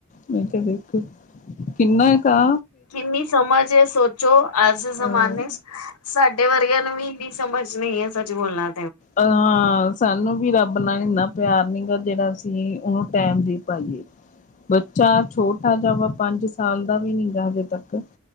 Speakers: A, on the left; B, on the left.
A: ਮੈਂ ਕਿਹਾ ਵੇਖ ਕਿੰਨਾ ਕਾ।
B: ਕਿੰਨੀ ਸਮਝ ਏ ਸੋਚੋ ਅੱਜ ਜੈ ਜਮਾਨੇ
A: ਅਹ
B: ਚ ਸਾਡੇ ਵਰਗਿਆਂ ਨੂੰ ਵੀ ਇਨੀ ਸਮਝ ਨਈ ਏ ਸੱਚ ਬੋਲਾ
A: ਅਅ ਸਾਨੂੰ ਵੀ ਰੱਬ ਨਾ ਏਨਾ ਪਿਆਰ ਨਿਗਾ ਜਿੜਾ ਅਸੀ ਓਨੂੰ ਟੈਮ ਦੇ ਪਾਈਏ। ਬੱਚਾ ਛੋਟਾ ਜਵਾ ਪੰਜ ਸਾਲ ਦਾ ਵੀ ਨੀ ਗਾ ਹਜੇ ਤੱਕ।